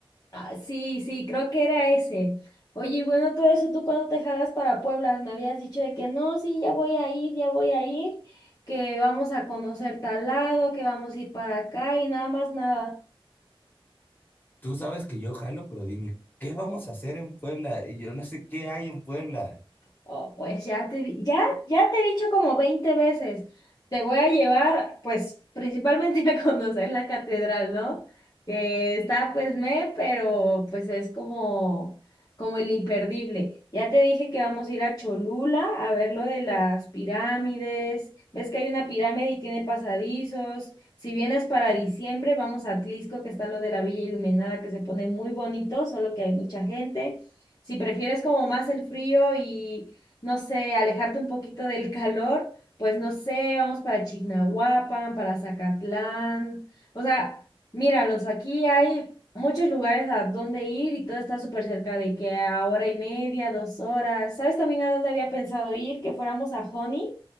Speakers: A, on the left; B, on the left.
A: Ah, sí, sí, creo que era ese. Oye, y bueno, todo eso, ¿tú cuándo te jalas para Puebla? Me habías dicho de que no, sí, ya voy a ir, ya voy a ir, que vamos a conocer tal lado, que vamos a ir para acá y nada más nada.
B: Tú sabes que yo jalo, pero dime, ¿qué vamos a hacer en Puebla? Y Yo no sé qué hay en Puebla.
A: Oh, pues ya te, di- ya, ya te he dicho como 20 veces, te voy a llevar, pues, principalmente <laughs> a conocer la catedral, ¿no? Que está, pues, me, pero, pues, es como, como el imperdible. Ya te dije que vamos a ir a Cholula a ver lo de las pirámides. Ves que hay una pirámide y tiene pasadizos. Si vienes para diciembre, vamos a Atlisco, que está lo de la Villa Iluminada, que se pone muy bonito, solo que hay mucha gente. Si prefieres como más el frío y no sé, alejarte un poquito del calor, pues no sé, vamos para Chignahuapan, para Zacatlán. O sea, míralos, aquí hay muchos lugares a donde ir y todo está súper cerca de que a hora y media, dos horas. ¿Sabes también a dónde había pensado ir? Que fuéramos a Honey.